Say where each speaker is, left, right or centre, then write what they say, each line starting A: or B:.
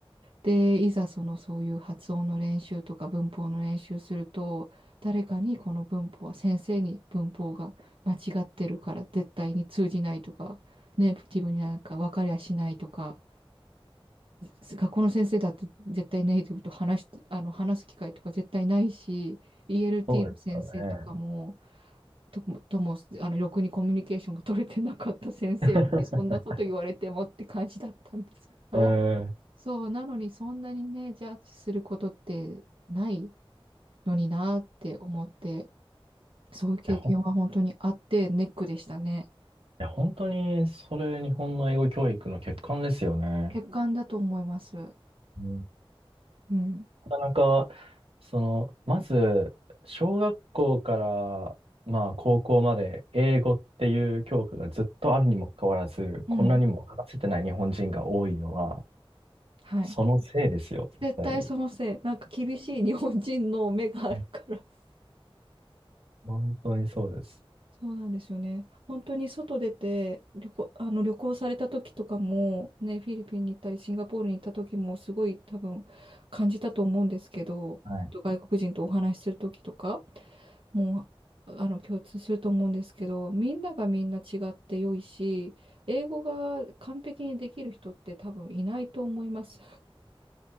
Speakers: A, on the right; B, on the right.
A: で、いざそのそういう発音の練習とか文法の練習すると、誰かにこの文法は先生に文法が間違ってるから絶対に通じないとか、ネイティブになんか分かりゃしないとか、学校の先生だって絶対ネイティブと話し、あの話す機会とか絶対ないし、ELT
B: そうですよね。
A: の先生とかも、と、とも、あの、ろくにコミュニケーションが取れてなかった先生に、
B: <laughs>
A: そんなこと言われてもって感じだったんですけど、
B: うん。い
A: そう、なのにそんなにね、ジャッジすることってないのになって思って、そういう経験は本当にあってネックでしたね。
B: や、ほん、いや、本当に、それ日本の英語教育の欠陥ですよね。
A: 欠陥だと思います。
B: うん
A: うん。
B: なかなか、その、まず、小学校から、まあ、高校まで、英語っていう教科がずっとあるにもかかわらず、
A: うん。
B: こんなにも話せてない日本人が多いのは、
A: はい。
B: そのせいですよ、絶対に。
A: 絶対そのせい。なんか厳しい日本人の目があるから。
B: うん
A: <laughs>
B: 本当にそうです。
A: そうなんですよね。本当に外出て旅行、あの旅行された時とかも、ね、フィリピンに行ったり、シンガポールに行った時もすごい多分感じたと思うんですけど、
B: はい。
A: 外国人とお話しする時とかもう、あの共通すると思うんですけど、みんながみんな違って良いし、英語が完璧にできる人って多分いないと思います。